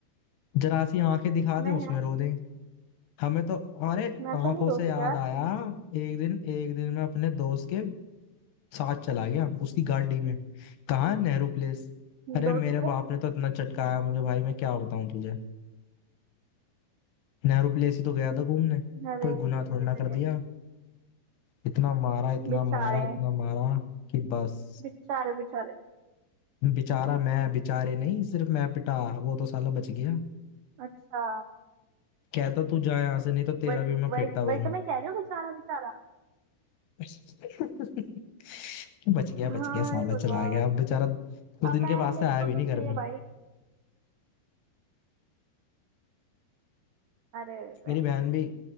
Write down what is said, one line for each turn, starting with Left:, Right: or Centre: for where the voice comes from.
Left: जरा सी आंखें दिखा दे
Right: नहीं
Left: उसमें
Right: यार
Left: रो दे हमें तो अरे
Right: मैं
Left: आंखों
Right: तो नहीं रोती
Left: से याद
Right: यार
Left: आया एक दिन एक दिन मैं अपने दोस्त के साथ चला गया उसकी गाड़ी में कहाँ नेहरू प्लेस अरे
Right: दोस्त
Left: मेरे
Right: के
Left: बाप ने तो इतना चटकाया मुझे भाई मैं क्या बताऊं तुझे नेहरू प्लेस ही तो गया था घूमने
Right: अरे
Left: कोई गुनाह
Right: रे
Left: थोड़ी ना
Right: रे
Left: कर
Right: रे
Left: दिया इतना मारा इतना
Right: बेचारे
Left: मारा इतना मारा कि बस
Right: बेचारे बेचारे
Left: बेचारा मैं बेचारे नहीं सिर्फ मैं पिटा वो तो साला बच गया
Right: अच्छा
Left: कहता तू जा यहाँ से नहीं तो तेरा
Right: वही
Left: भी मैं
Right: वही
Left: फेटा भरूं
Right: वही तो मैं कह रही हूँ बेचारा बेचारा
Left: <laughs> बच गया बच
Right: हाय
Left: गया साला
Right: भगवान
Left: चला गया अब बेचारा कुछ
Right: अब
Left: दिन
Right: मैं
Left: के बाद
Right: मेरे
Left: से आया
Right: को
Left: भी
Right: तो
Left: नहीं
Right: चाहिए
Left: घर में
Right: भाई अरे वे,
Left: मेरी बहन भी